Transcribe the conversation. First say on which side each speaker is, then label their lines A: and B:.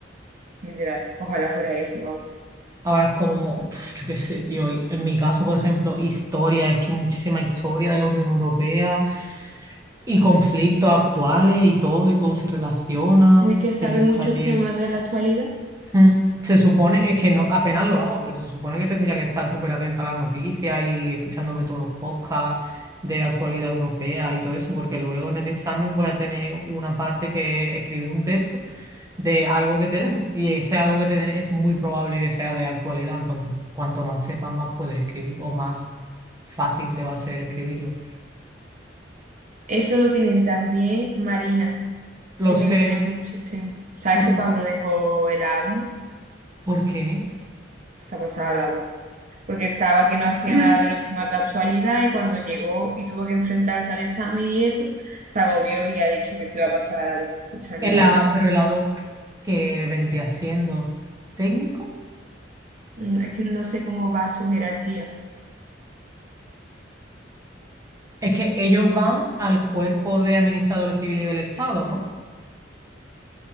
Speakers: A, on the right; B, on the right.
A: Literal, ojalá fuera eso, vamos.
B: Ahora es como, pf, yo qué sé, tío, y en mi caso, por ejemplo, historia, es que muchísima historia de la Unión Europea y conflictos actuales y todo y cómo se relaciona.
A: Tienes
B: Uf,
A: que saber
B: Pereza,
A: muchos
B: tío.
A: temas de la actualidad.
B: Mm, Se supone, es que no, apenas lo hago, pero se supone que tendría que estar súper atenta a las noticias y escuchándome todos los podcasts de actualidad europea y todo eso, porque luego en el examen voy a tener una parte que es escribir un texto de algo que te den. Y ese algo que te den es muy probable que sea de actualidad. Entonces, cuanto más sepas, más puedes escribir o más fácil te va a ser escribirlo.
A: Eso lo tienen también Marina.
B: Lo
A: Tiene
B: sé.
A: que tener muchos temas. ¿Sabes
B: mm,
A: que Pablo dejó el A1?
B: ¿Por qué?
A: Se ha pasado al a dos porque estaba que no hacía
B: <clears throat>
A: nada de los temas de actualidad y cuando llegó y tuvo que enfrentarse al examen y eso, se agobió y ha dicho que se iba a pasar a la dos, que está en
B: El
A: el lado.
B: A- pero el ad hoc que vendría siendo técnico.
A: Es que no sé cómo va su jerarquía,
B: Es que ellos van al cuerpo de administradores civiles del Estado, ¿no?